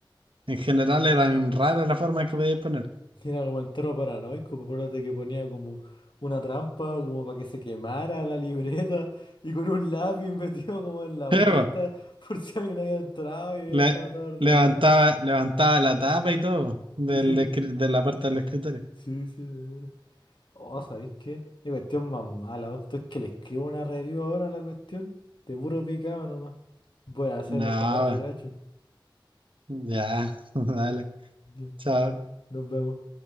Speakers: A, on the right (about 80°); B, on the left (about 65°).
A: en general eran raras las formas que podíais poner.
B: era como entero paranoico, po. acuérdate que ponía como una trampa, como para que se quemara la libreta, y con un lápiz metido como en la
A: Sí,
B: puerta,
A: <laughs> po.
B: <laughs> por si alguien había entrado y había
A: Le-
B: dejado todo ordenado.
A: levantaba, levantaba la tapa y todo del
B: <laughs>
A: escri- de la parte del escritorio.
B: Sí, sí, sí, de veras. Oh, ¿sabéis qué? Qué cuestión más mala, vos. Tú es que le escribo una review ahora a la cuestión. De puro picado nomás. Voy a hacer
A: No,
B: eso ahora, yo gacho.
A: ya, <laughs> dale,
B: Ya,
A: chao.
B: no- nos vemos.